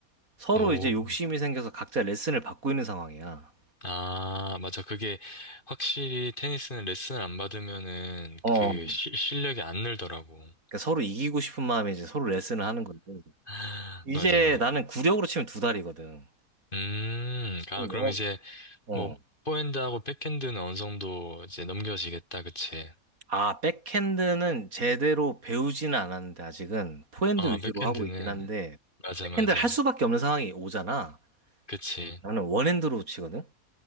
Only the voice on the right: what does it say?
서로
이제 욕심이 생겨서 각자 레슨을 받고 있는 상황이야.
어,
그러니까 서로 이기고 싶은 마음에 이제 서로 레슨을 하는 건데.
이제
나는 구력으로 치면 두 달이거든.
어,
어.
아, 백핸드는 제대로 배우지는 않았는데 아직은 포핸드
위주로
하고 있긴 한데
백핸드를
할 수밖에 없는 상황이 오잖아.
나는 원핸드로 치거든.